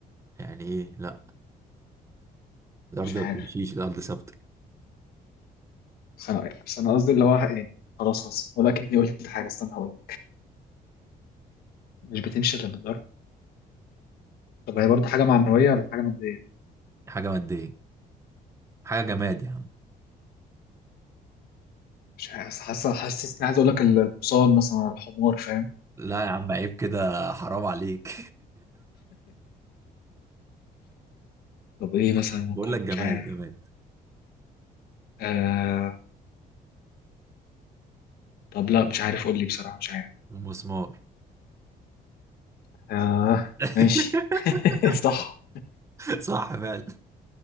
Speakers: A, on the right (about 20°); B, on the left (about 80°).
A: يعني ايه لا الارض
B: مش
A: ما
B: عارف
A: بتمشيش الارض ثابتة
B: بس أنا بس أنا قصدي اللي هو يعني خلاص خلاص ولكني قلت حاجة استنى هقول مش بتمشي إلا بالضرب طب هي برضه حاجة معنوية ولا حاجة مادية؟
A: حاجة مادية حاجة جماد يا عم
B: مش عارف حاسة حاسس إني عايز أقول لك الحصان مثلا ولا الحمار فاهم
A: لا يا عم عيب كده حرام عليك
B: طب إيه مثلا
A: <laughs>
B: ممكن
A: بقول لك جماد
B: مش عارف
A: جماد
B: آه طب لا مش عارف قول لي بصراحة مش عارف
A: مسمار
B: آه
A: <laughs>
B: ماشي <laughs> صح
A: صح فعلا